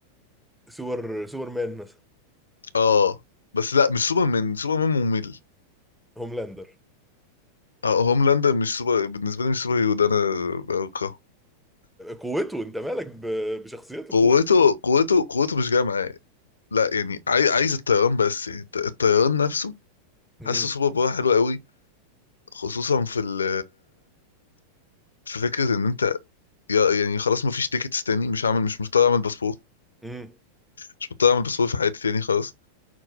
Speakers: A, in the centre; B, on the left.
A: سوبر سوبر مان مثلا
B: اه بس لا مش سوبرمان سوبرمان ممل
A: هوملاندر
B: اه هوملاندر مش سوبر بالنسبة لي مش سوبر هيرو ده أنا بكرهه
A: قوته انت مالك ب- بشخصيته
B: قوته
A: قوته
B: قوته قوته مش جاية معايا لا يعني عاي- عايز الطيران بس يعني الط- الطيران نفسه
A: مم.
B: حاسه سوبر باور حلو قوي خصوصا في ال في فكرة إن أنت يا- يعني خلاص مفيش تيكتس تاني مش هعمل مش مضطر أعمل باسبور
A: مم.
B: مش مضطر أعمل باسبور في حياتي تاني خلاص